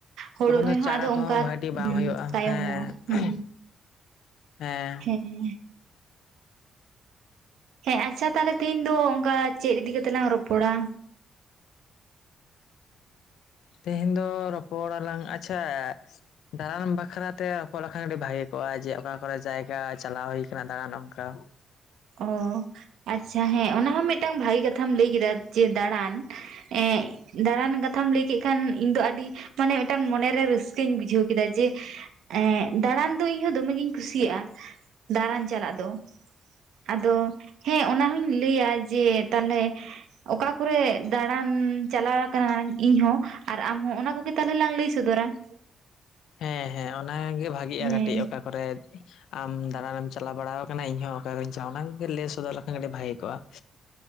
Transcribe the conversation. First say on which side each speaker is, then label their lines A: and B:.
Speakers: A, on the right (about 85°); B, on the left (about 90°).
A: ᱦᱳᱲᱳ
B: ᱛᱚᱠᱷᱚᱱ
A: ᱨᱚᱦᱚᱭ
B: ᱫᱚ
A: ᱦᱚᱸ
B: ᱪᱟᱨᱟ
A: ᱟᱫᱚ
B: ᱠᱚᱦᱚᱸ
A: ᱚᱱᱠᱟ
B: ᱵᱷᱟᱜᱮᱴᱤᱜ ᱵᱟᱝ ᱦᱩᱭᱩᱜᱼᱟ
A: ᱛᱟᱭᱚᱢᱚᱜᱼᱟ
B: ᱦᱮᱸ᱾
A: ᱦᱩᱸ
B: ᱦᱮᱸ
A: ᱦᱮᱸ ᱦᱮᱸ ᱟᱪᱪᱷᱟ ᱛᱟᱦᱚᱞᱮ ᱛᱮᱦᱤᱧ ᱫᱚ ᱚᱱᱠᱟ ᱪᱮᱫ ᱤᱫᱤ ᱠᱟᱛᱮᱜ ᱞᱟᱝ ᱨᱚᱯᱚᱲᱟ?
B: ᱛᱮᱦᱮᱧ ᱫᱚ ᱨᱚᱯᱚᱲ ᱟᱞᱟᱝ ᱟᱪᱪᱷᱟ ᱫᱟᱬᱟᱱ ᱵᱟᱠᱷᱨᱟ ᱛᱮ ᱨᱚᱯᱚᱲ ᱞᱮᱱ ᱠᱷᱟᱱ ᱟᱹᱰᱤ ᱵᱷᱟᱜᱮ ᱠᱚᱜᱼᱟ ᱡᱮ ᱚᱠᱟ ᱠᱚᱨᱮ ᱡᱟᱭᱜᱟ ᱪᱟᱞᱟᱣ ᱦᱩᱭ ᱟᱠᱟᱱᱟ ᱫᱟᱬᱟᱱ ᱚᱱᱠᱟ ᱾ <inaudible>
A: ᱚ ᱟᱪᱪᱷᱟ ᱦᱮᱸ ᱚᱱᱟ ᱦᱚᱸ ᱢᱤᱫᱴᱟᱝ ᱵᱷᱟᱜᱤ ᱠᱟᱛᱷᱟᱢ ᱞᱟᱹᱭ ᱠᱮᱫᱟ ᱡᱮ ᱫᱟᱬᱟᱱ ᱾ ᱮᱜ ᱫᱟᱬᱟᱱ ᱠᱟᱛᱷᱟᱢ ᱞᱟᱹᱭ ᱠᱮᱫ ᱠᱷᱟᱱ ᱤᱧ ᱫᱚ ᱟᱹᱰᱤ ᱢᱟᱱᱮ ᱢᱤᱫᱴᱟᱝ ᱢᱚᱱᱮᱨᱮ ᱨᱟᱹᱥᱠᱟᱹᱧ ᱵᱩᱡᱷᱟᱹᱣ ᱠᱮᱫᱟ ᱡᱮ ᱼᱼ ᱮᱸᱜ ᱫᱟᱬᱟᱱ ᱫᱚ ᱤᱧ ᱦᱚᱸ ᱫᱚᱢᱮ ᱜᱤᱧ ᱠᱩᱥᱤᱭᱟᱜᱼᱟ ᱫᱟᱬᱟᱱ ᱪᱟᱞᱟᱜ ᱫᱚ ᱾ ᱟᱫᱚ ᱦᱮᱸ ᱚᱱᱟᱦᱚᱧ ᱞᱟᱹᱭᱟ ᱡᱮ ᱛᱟᱦᱚᱞᱮ ᱚᱠᱟ ᱠᱚᱨᱮ ᱫᱟᱬᱟᱱ ᱪᱟᱞᱟᱣ ᱟᱠᱟᱱᱟᱧ ᱤᱧᱦᱚᱸ ᱾ ᱟᱨ ᱟᱢ ᱦᱚᱸ ᱚᱱᱟ ᱠᱚᱜᱮ ᱛᱟᱦᱚᱞᱮ ᱞᱟᱝ ᱞᱟᱹᱭ ᱥᱚᱫᱚᱨᱟ ᱾
B: ᱦᱮᱸ ᱦᱮᱸ ᱚᱱᱟᱜᱮ ᱵᱷᱟᱜᱮᱜᱼᱟ
A: ᱦᱮᱸ
B: ᱠᱟᱹᱴᱤᱡ ᱚᱠᱟ ᱠᱚᱨᱮᱫ ᱟᱢ ᱫᱟᱬᱟᱱᱮᱢ ᱪᱟᱞᱟᱣ ᱵᱟᱲᱟᱣ ᱟᱠᱟᱱᱟ ᱤᱧ ᱦᱚᱸ ᱚᱠᱟᱨᱮᱧ ᱪᱟᱣ ᱚᱱᱟ ᱠᱚ ᱜᱮ ᱞᱟᱹᱭ ᱥᱚᱫᱚᱨ ᱞᱮᱠᱷᱟᱱ ᱟᱹᱰᱤ ᱵᱷᱟᱜᱮ ᱠᱚᱜᱼᱟ ᱾ <inaudible>